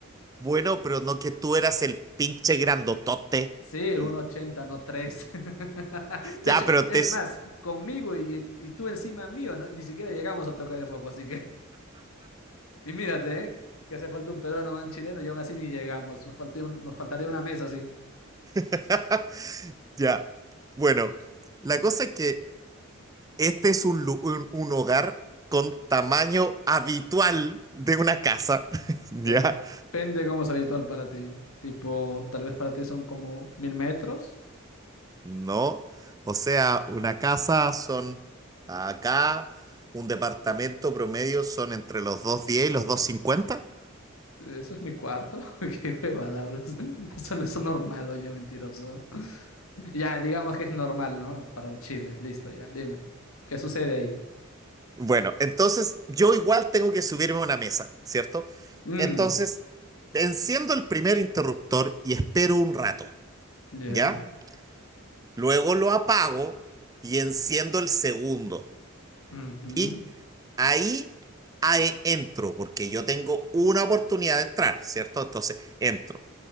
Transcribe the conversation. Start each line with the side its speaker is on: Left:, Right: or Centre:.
Right: Bueno, pero no que tú eras el pinche grandotote.
Left: Sí, un
Right: Y-
Left: ochenta, no 3. <laughs> De
Right: Ya,
Left: hecho,
Right: pero
Left: es
Right: te...
Left: más, conmigo y, y tú encima mío, no- ni siquiera llegamos a tocar el foco, así que... Y mírate, ¿eh? que hace falta un peruano o un chileno y aún así ni llegamos. Nos faltó un nos faltaría una mesa, sí.
Right: <laughs> Ya. Bueno, la cosa es que este es un, lu- un- un hogar con tamaño habitual de una casa. <laughs>
Left: Depende
Right: Ya.
Left: cómo es habitual para ti. Tipo, tal vez para ti son como mil metros.
Right: No. O sea, una casa son acá, un departamento promedio son entre los 210 y los 250.
Left: Eso es mi cuarto. <laughs> Qué huevada hablas. Eso no es normal, oye, mentiroso. Ya, digamos que es normal, ¿no? Para el Chile. Listo, ya. Dime. ¿Qué sucede ahí?
Right: Bueno, entonces yo igual tengo que subirme a una mesa, ¿cierto?
Left: Mm,
Right: Entonces, enciendo el primer interruptor y espero un rato,
Left: ya.
Right: ¿ya? Luego lo apago y enciendo el segundo.
Left: ujú,
Right: Y ahí ahí entro, porque yo tengo una oportunidad de entrar, ¿cierto? Entonces entro.